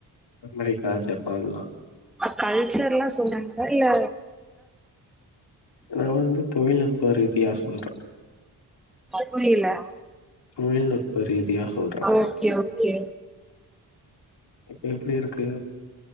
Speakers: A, on the left; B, in the centre.
A: அமெரிக்கா ஜப்பான்லா
B: அ கல்ச்சர்ல்லா சொன்னாங்க இல்ல
A: நா வந்து தொழில்நுட்ப ரீதியா சொல்றே
B: புரியல
A: தொழில்நுட்ப ரீதியா சொல்றே
B: ஓகே ஓகே
A: இப்ப எப்டி இருக்கு